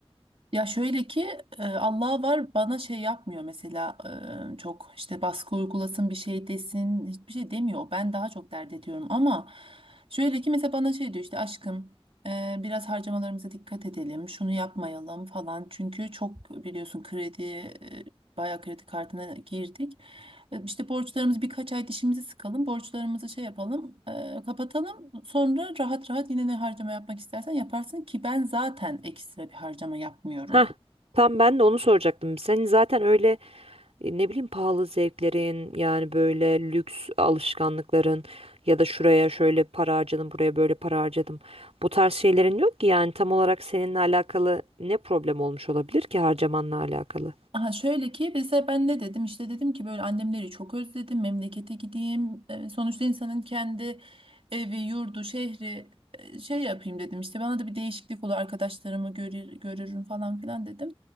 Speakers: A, on the right; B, on the right.
A: Ya şöyle ki e, Allah var bana şey yapmıyor mesela e, çok işte baskı uygulasın bir şey desin hiçbir şey demiyor. Ben daha çok dert ediyorum ama şöyle ki mesela bana şey diyor işte aşkım e, biraz harcamalarımıza dikkat edelim şunu yapmayalım falan. Çünkü çok biliyorsun kredi e, bayağı kredi kartına girdik. E, İşte borçlarımız birkaç ay dişimizi sıkalım borçlarımızı şey yapalım e, kapatalım. Sonra rahat rahat yine ne harcama yapmak istersen yaparsın ki ben zaten ekstra bir harcama yapmıyorum.
B: Hah, tam ben de onu soracaktım. Senin zaten öyle e, ne bileyim pahalı zevklerin yani böyle lüks alışkanlıkların ya da şuraya şöyle para harcadım buraya böyle para harcadım. Bu tarz şeylerin yok ki yani tam olarak seninle alakalı ne problem olmuş olabilir ki harcamanla alakalı.
A: Aha şöyle ki mesela ben ne dedim işte dedim ki böyle annemleri çok özledim memlekete gideyim Ee, sonuçta insanın kendi evi yurdu şehri e, şey yapayım dedim işte bana da bir değişiklik olur arkadaşlarımı görür, görürüm falan filan dedim.